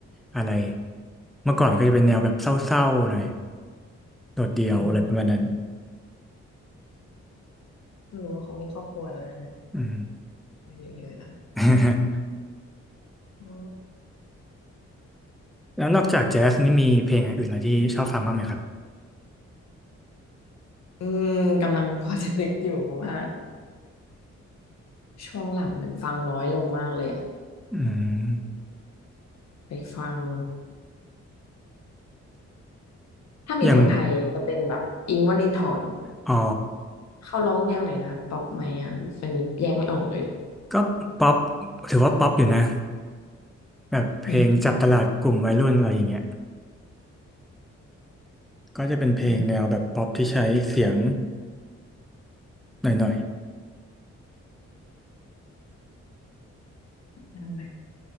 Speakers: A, in the centre; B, on the left.
A: อะไรเมื่อก่อนก็จะเป็นแนวแบบเศร้าๆหน่อยโดดเดี่ยวอะไรประมาณนั้น
B: ม ไม่งรู้ว่าเขามีครอบครัวแล้วนะเนี่ย
A: อืม
B: อายุเยอะแล้ว
A: <laughs>
B: อ๋อ
A: แล้วนอกจากแจ๊สนี่มีเพลงอื่นอะไรที่ชอบฟังบ้างไหมครับ
B: อืมกำลังพอจะนึกอยู่เพราะว่าช่วงหลังมันฟังน้อยลงมากเลยอะ
A: อืม
B: ไปฟังถ้ามีคนไทยจะเป็นแบบอิงค์วลินทร
A: อย่างอ๋อ
B: เขาร้องแนวไหนนะป๊อปไหมอ่ะอันนี้แยกไม่ออกเลย
A: ก็ป๊อปถือว่าป๊อปอยู่นะแบบเพลงจับตลาดกลุ่มวัยรุ่นอะไรอย่างเงี้ย
B: อืม
A: ก็จะเป็นเพลงแนวแบบป๊อปที่ใช้เสียง
B: แบบ
A: หน่อย
B: แนวไหน